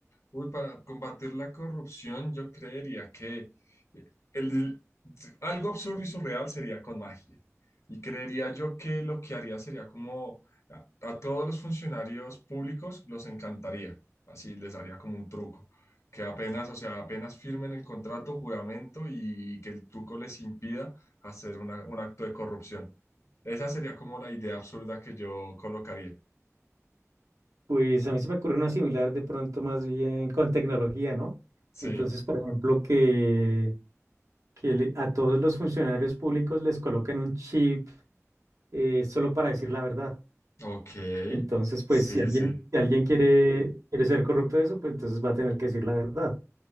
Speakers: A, on the left; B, on the right.
A: Uy, para combatir la corrupción, yo creería que eh, el, algo absurdo y surreal sería con magia. Y creería yo que lo que haría sería como a, a todos los funcionarios públicos los encantaría. Así les haría como un truco. Que apenas, o sea, apenas firmen el contrato, juramento y, que el truco les impida hacer una- un acto de corrupción. Esa sería como la idea absurda que yo colocaría.
B: Pues a mí se me ocurre una similar de pronto más bien con tecnología, ¿no?
A: Sí,
B: Entonces, por ejemplo, que, que le- a todos los funcionarios públicos les coloquen un chip eh, solo para decir la verdad.
A: ok.
B: Entonces, pues
A: Sí,
B: si
A: sí,
B: alguien,
A: sí.
B: si alguien quiere, quiere ser corrupto de eso, pues entonces va a tener que decir la verdad.